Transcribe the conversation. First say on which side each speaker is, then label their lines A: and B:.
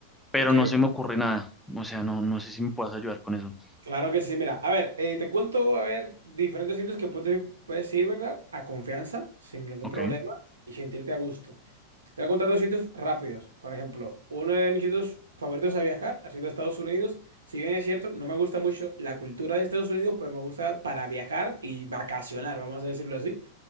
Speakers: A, in the centre; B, on the right (about 70°).
A: pero
B: ok.
A: no se me ocurre nada. O sea, no, no sé si me puedas ayudar con eso.
B: Claro que sí. Mira, a ver, eh, te cuento, a ver, diferentes sitios que puedes, puedes ir, ¿verdad? A confianza, sin ningún
A: Ok,
B: problema y sentirte a gusto. Te voy a contar dos sitios rápidos. Por ejemplo, uno de mis sitios favoritos a viajar ha sido Estados Unidos. Si bien es cierto, no me gusta mucho la cultura de Estados Unidos, pero me gusta para viajar y vacacionar, vamos a decirlo así.